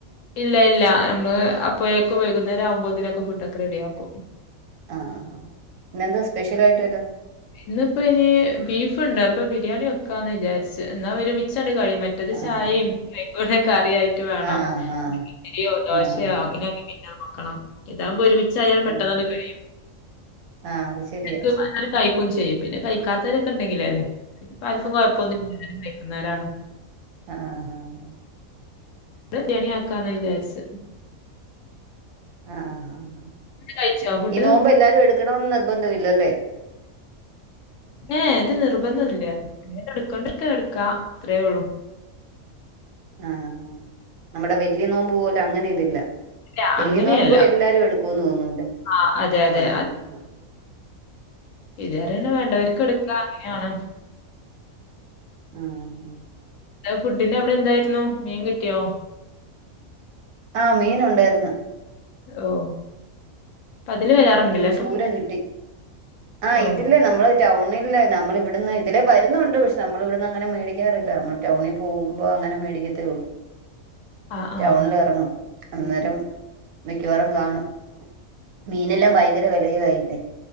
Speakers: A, on the left; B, on the right.
A: ഇല്ല ഇല്ല നമ്മള് അപ്പോഴേക്കും വൈകുന്നേരം ആവുമ്പോത്തേനൊക്കെ ഫുഡ് ഒക്കെ റെഡിയാക്കും.
B: ആ ആ ആ ഇന്നെന്താ സ്പെഷ്യലായിട്ട് വല്ലോ
A: ഇന്നിപ്പോ ഇനി ബീഫുണ്ട് അപ്പൊ ബിരിയാണി വെക്കാന്ന് വിചാരിച്ചു എന്നാ ഒരുമിച്ച് കഴിയും മറ്റത്
B: ആഹ്
A: ചായയും കറിയായിട്ട് വേണം
B: ആഹ് ആഹ്
A: ഇഡലിയോ ദോശയോ
B: ആഹ്
A: അങ്ങനെ നോക്കണം ഇതാവകുമ്പോ ഒരുമിച്ച് ആയാൽ പെട്ടെന്നാണ്ട്
B: ആഹ്
A: കഴിയും
B: ആഹ് അത് ശരിയാ
A: ക്ക് കഴി <unintelligible> ചെയ്യും പിന്നെ കഴിക്കാത്തവരൊക്കെണ്ടെങ്കിലെ അല്ലേ ഇപ്പൊ ആർക്കും കൊഴപ്പമൊന്നുമില്ല കഴിക്കുന്നവരാണ്.
B: ആഹ ഹാ ഹാ ഹ
A: ഇത്‌ ബിരിയാണി ആക്കാന്ന് വിചാരിച്ചേ
B: ആഹ് ആഹ്
A: കഴിച്ചോ ഫുഡ്
B: ഈ നോമ്പ് എല്ലാരും എടുക്കണം എന്ന് നിർബന്ധവില്ലേ അല്ലേ
A: ഏ ഇത് നിർബന്ധം ഇല്ല എടുക്കണ്ടവർക്ക് എടുക്കാം അത്രയേയുള്ളൂ
B: ആഹ് ആഹ് നമ്മടെ വല്യ നോമ്പ് പോലെ അങ്ങനെ ഇതില്ല
A: ഇല്ല
B: വലിയ
A: അങ്ങനെയല്ല
B: നോുമ്പ് എല്ലാരും എടുക്കൊന്ന് തോന്നും അല്ലോ
A: ആ അതെ അതെ
B: ആഹ് ആഹ്
A: ഇത് വരെ തന്നെ വേണ്ടവർക്ക് എടുക്കാം അങ്ങനെയാണ്
B: ആഹ് ഹാ
A: എ <unintelligible> ഫുഡിന് അവിടെ എന്തായിരുന്നു മീൻ കിട്ടിയോ
B: ആ മീൻ ഒണ്ടായിന്ന്
A: ഓ അപ്പൊ അതില് വരാറുണ്ടല്ലേ
B: മീൻ
A: അപ്പം
B: ചൂര കിട്ടി ആ
A: ഓ
B: ഇതില് നമ്മള് ടൗണില്ലേ നമ്മള് ഇവിടുന്ന് ഇതിലെ വരുന്നുണ്ട് പക്ഷെ നമ്മള് ഇവിടുന്ന് അങ്ങനെ മേടിക്കാറില്ല നമ്മള് ടൗണിൽ പോകുമ്പോ- അങ്ങനെ മേടിക്കത്തേ ഉള്ളു
A: ആ ആ
B: ടൗണിലെറങ്ങും അന്നേരം മിക്കവാറും കാണും മീനെല്ലാം ഭയങ്കര വെലയും ആയില്ലേ